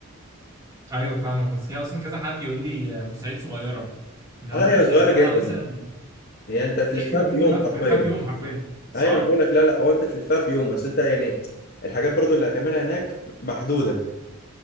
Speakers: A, on the right; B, on the left.
A: ايوه فاهمك بس هي اصلا كذا حد يقول لي بورسعيد صغيره اللي
B: آه،
A: هو
B: لا
A: ممكن
B: هي صغيرة
A: تلفها
B: جدا
A: مثلا <laughs>
B: هي أنت تلفها
A: <clears throat> قالوا
B: في يوم
A: لي بقى
B: حرفيا
A: في في يوم حرفيا صح؟
B: أيوة أنا بقول لك لا لا هو أنت تلفها في يوم بس أنت يعني الحاجات برضو اللي هتعملها هناك محدودة